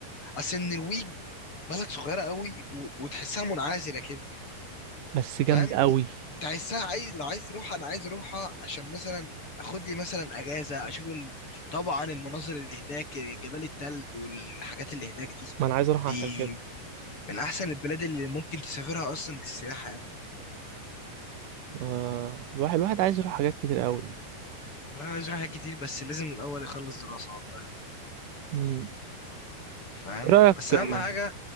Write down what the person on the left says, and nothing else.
اصل النرويج بلد صغيره قوي و- وتحسها منعزله كده
فاهم
انت
عايزها عايز لو عايز تروحها انا عايز اروحها عشان مثلا اخد لي مثلا اجازه اشوف ال- طبعا المناظر اللي هناك جبال التلج والحاجات اللي هناك دي
دي
من احسن البلاد اللي ممكن تسافرها اصلا للسياحه يعني
لا انا عايز أروح حاجات كتير بس لازم الاول اخلص دراسه والله
يعني، فاهم
بس اهم
حاجه